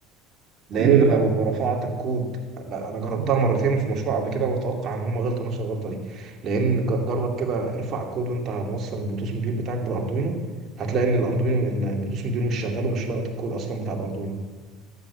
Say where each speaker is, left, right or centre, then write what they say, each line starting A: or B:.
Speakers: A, on the right; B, on the right.
A: لان
B: ليه بقى
A: لو رفعت الكود لا انا جربتها
B: أمم.
A: مرتين في مشروع قبل كده واتوقع ان هم غلطوا نفس الغلطه دي لان ج- جرب كده ارفع الكود وانت موصل البلوتوث موديول بتاعك بالاردوينو هتلاقي ان الاردوينو البلوتوث موديول مش شغال ومش لاقط الكود اصلا بتاع الاردوينو